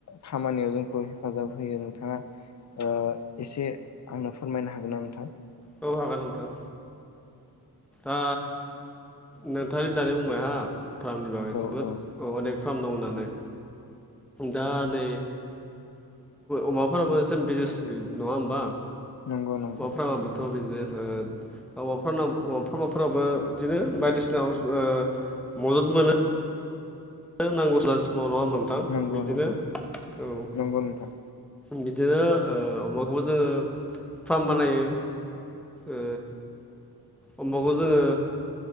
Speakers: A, on the left; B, in the centre.
A: खामानियाव जोंखौ हेफाजाब होयो नोंथाङा ओ एसे आंनो फोरमायनो हागोन नामा नोंथां
B: औ हागोन नोंथां ओ नोंथाङादि दानि बुंबाय हा फार्मनि बागै
A: औ
B: जोबोद
A: औ
B: अनेक फार्म दं होननानै दा नै अमाफोराबो सेम बिजनेस नङा होमबा
A: नंगौ नंगौ
B: हौवाफ्राबाबोथ' बिजनेस ओ अमा फार्म अमा फार्मफोराबो बिदिनो बायदिसिना ओ अजद मोनो नांगौ जानाय समावल' नोंथां
A: नंगौ
B: बिदिनो
A: नंगौ
B: औ
A: नंगौ नोंथां
B: बिदिनो ओ अमाखौबो जोङो फार्म बानायो ओ अमाखौ जोङो